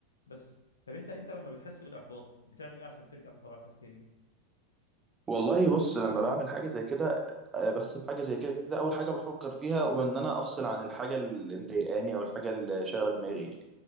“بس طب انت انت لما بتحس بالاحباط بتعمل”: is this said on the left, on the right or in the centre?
Left